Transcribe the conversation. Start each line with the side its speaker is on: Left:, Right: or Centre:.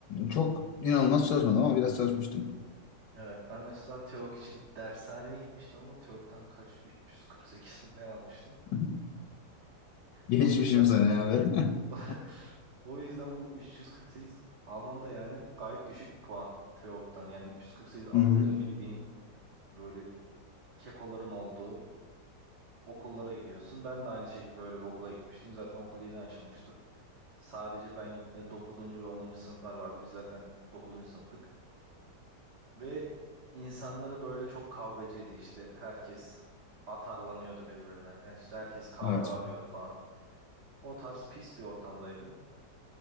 Left: çok inanılmaz çalışmadım ama biraz çalışmıştım.
Right: Evet ben mesela TEOG için dershaneye gitmiştim ama TEOG'dan kaç 348 mi ne almıştım.
Left: <laughs> Geçmişim
Right: O yüzden
Left: seni abi. <laughs>
Right: <laughs> o yüzden bu 348 almam da yani gayet düşük bir puan TEOG'dan. Yani 348 alınca
Left: Hı hı.
Right: bildiğin böyle kekoların olduğu okullara gidiyorsun. Ben de aynı şekilde öyle bir okula gitmiştim. Zaten okul yeni açılmıştı. Sadece ben gittiğimde 9. ve 10. sınıflar vardı. Biz zaten 9. sınıftık. Ve insanları böyle çok kavgacıydı işte. Herkes atarlanıyordu birbirine. E İşte herkes kavga
Left: Evet.
Right: arıyordu falan. O tarz pis bir ortamdaydı.